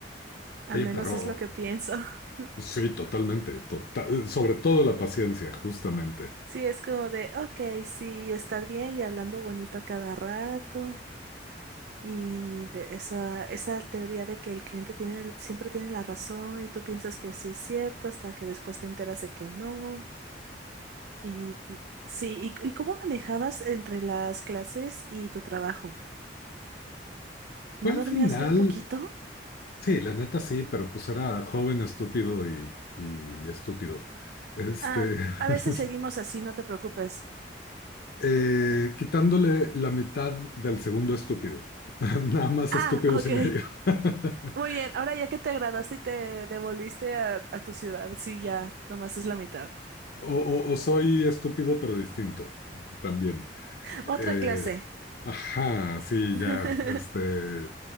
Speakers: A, on the right (about 60°); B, on the left (about 60°).
A: Al
B: Oye,
A: menos
B: pero
A: es lo que pienso. <laughs>
B: sí, totalmente, tota- sobre todo la paciencia, justamente.
A: Sí, es como de, ok, sí, estar bien y hablando bonito a cada rato. Y de esa, esa teoría de que el cliente tiene, el- siempre tiene la razón y tú piensas que sí es cierto hasta que después te enteras de que no. Y sí, ¿y, y cómo manejabas entre las clases y tu trabajo? ¿No
B: Bueno,
A: dormías
B: al final,
A: bien poquito?
B: sí, la neta sí, pero pues era joven, estúpido y, y estúpido. Este,
A: Ah, a veces
B: <laughs>
A: seguimos así, no te preocupes.
B: eh, quitándole la mitad del segundo estúpido. <laughs> Nada más
A: Ah,
B: estúpidos
A: ok.
B: y medio. <laughs>
A: Muy bien, ahora ya que te graduaste y te devolviste a, a tu ciudad, sí, ya, nomás es la mitad.
B: O, o- o soy estúpido pero distinto también.
A: Otra
B: Eh,
A: clase.
B: ajá, sí,
A: <laughs>
B: ya, este,